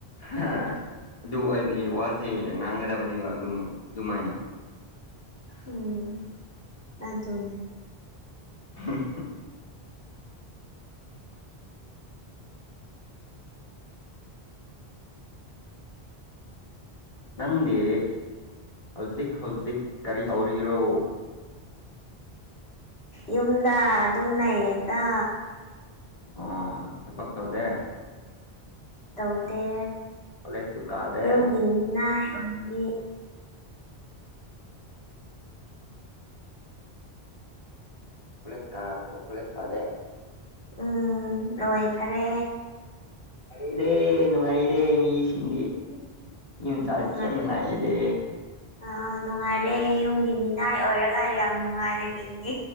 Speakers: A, on the left (about 35°); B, on the left (about 70°).
A: ꯍꯥ ꯑꯗꯨ ꯑꯣꯏꯕꯒꯤ ꯋꯥꯁꯦ ꯉꯥꯡꯒꯗꯕꯅꯦꯕ ꯑꯗꯨꯝ ꯑꯗꯨꯃꯥꯏꯅ
B: ꯎꯝ ꯑꯗꯨꯅꯦ
A: ꯍꯝ ꯅꯪꯗꯤ ꯍꯧꯖꯤꯛ ꯍꯧꯖꯤꯛ ꯀꯔꯤ ꯇꯧꯔꯤꯔꯣ
B: ꯌꯨꯝꯗ ꯑꯗꯨꯝ ꯂꯩꯌꯦꯗ
A: ꯑꯣ ꯊꯕꯛ ꯇꯧꯗꯦ
B: ꯇꯧꯗꯦ
A: ꯀꯣꯂꯦꯖꯇꯨ ꯀꯥꯗꯦ
B: ꯌꯨꯝꯒꯤ ꯃꯤꯅꯥꯏ ꯑꯣꯏꯔꯤ
A: ꯀꯂꯦꯁ ꯀꯥ ꯀꯂꯦꯁ ꯀꯥꯗꯦ
B: ꯎꯝ ꯂꯑꯣꯏꯈꯔꯦ
A: ꯅꯨꯡꯉꯥꯏꯔꯗꯦ ꯅꯨꯡꯉꯥꯏꯗꯦ ꯃꯤꯁꯤꯡꯦ ꯌ ꯆꯥ
B: ꯅꯨꯡꯉꯥꯏ
A: ꯌꯥꯝ ꯅꯨꯡꯉꯥꯏꯔꯗꯦ
B: ꯑ ꯅꯨꯡꯉꯥꯏꯔꯦ ꯌꯨꯝꯒꯤ ꯃꯤꯅꯥꯏ ꯑꯣꯏꯔꯒ ꯌꯥꯝ ꯅꯨꯡꯉꯥꯏꯅ ꯍꯤꯡꯉ